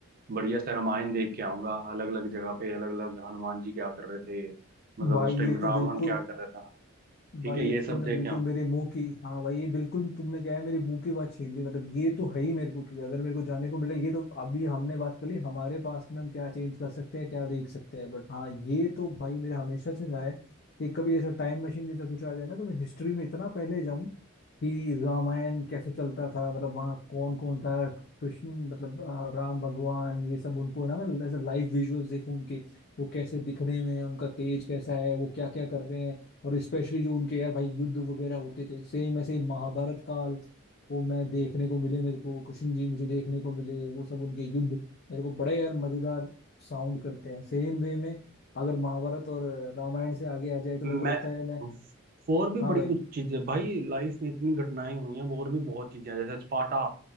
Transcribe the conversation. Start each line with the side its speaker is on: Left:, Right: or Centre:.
Right: बढ़िया से रामायण देख के आऊंगा अलग अलग जगह पे अलग अलग हनुमान जी क्या कर रहे थे मतलब
Left: भाई
Right: उस टाइम
Left: ये तो
Right: रावण
Left: बिल्कुल
Right: क्या कर रहा था ठीक
Left: भाई
Right: है
Left: ये
Right: ये
Left: तो
Right: सब
Left: तुमने
Right: देख
Left: बिल्कुल
Right: के आऊंगा
Left: मेरे मुंह की हाँ भाई ये बिल्कुल तुमने क्या है मेरे मुंह की बात छीन ली मतलब ये तो है ही मेरे को कि अगर मेरे को जाने को मिला ये तो अभी हमने बात कर ली हमारे पास में हम क्या चेंज कर सकते हैं क्या देख सकते हैं बट हाँ ये तो भाई मेरा हमेशा से रहा है कि कभी ऐसा टाइम मशीन जैसा कुछ आ जाए ना तो मैं हिस्ट्री में इतना पहले जाऊं कि रामायण कैसे चलता था मतलब वहाँ कौन कौन था कृष्ण मतलब आ, राम भगवान ये सब उनको ना मैं ऐसे लाइव विजुअल्स देखूं उनके वो कैसे दिखने में हैं उनका तेज कैसा है वो क्या क्या कर रहे हैं और स्पेशली जो उनके यार भाई युद्ध वगैरह होते थे सेम ऐसे ही महाभारत काल वो मैं देखने को मिले मेरे को कृष्ण जी मुझे देखने को मिले वो सब उनके युद्ध मेरे को बड़े यार मजेदार साउंड करते हैं सेम वे में अगर महाभारत और रामायण से आगे आ जाए तो
Right: मैं
Left: मेरे को लगता है यार मैं
Right: और भी
Left: हाँ
Right: बड़ी
Left: भाई
Right: कुछ चीजें भाई लाइफ में इतनी घटनाएं हुई हैं और भी बहुत चीजें हैं जैसे स्पाटा